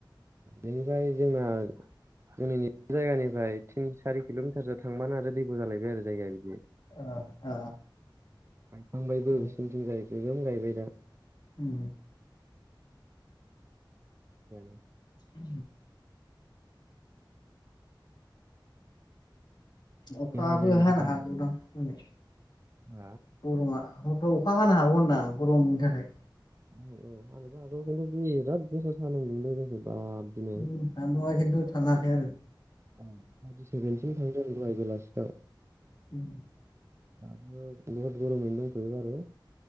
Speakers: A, on the right; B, on the left.
A: बेनिफ्राय जोंना जोंनि जायगानिफ्राय थिन सारि किल'मिटारसो थांबानो आरो दैबो जालायबाय आरो जायगाया बिदि
B: औ ओ
A: गायखांबायबो बिसोरनिथिं
B: ओ
A: जाय गोगोम गायबाय दा
B: उम
A: <unintelligible>
B: आ अखायाबो
A: गैया माने बोथोरजों
B: हानो हागौदां हानै
A: औ
B: गरमा हरफ्राव अखा हानो हागौ होनदां आं। गरमनि थाखाय
A: औ <unintelligible> दिनै
B: उम <unintelligible> खिथु थानो हाखाया आरो।
A: औ थार्टिसेभेनसिम थांदों दहाय बेलासियाव।
B: उम
A: दाबो बहुद गरमैनो दंथ'यो आरो।